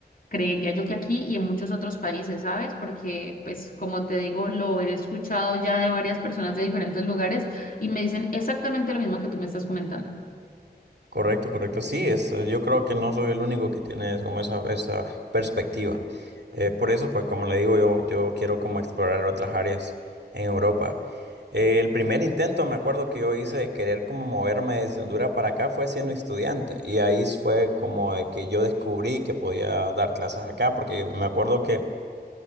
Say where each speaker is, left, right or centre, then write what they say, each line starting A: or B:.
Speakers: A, on the left (about 55°); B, on the right (about 85°).
A: Creería yo que aquí y en muchos otros países, ¿sabes? Porque, pues, como te digo, lo he escuchado ya de varias personas de diferentes lugares y me dicen exactamente lo mismo que tú me estás comentando.
B: Correcto, correcto. Sí, es, eh, yo creo que no soy el único que tiene es como esa, esa perspectiva. Eh, por eso, pues como le digo, yo, yo quiero como explorar otras áreas en Europa. Eh, el primer intento, me acuerdo que yo hice de querer como moverme desde Honduras para acá fue siendo estudiante. Y ahí fue como de que yo descubrí que podía dar clases acá, porque me acuerdo que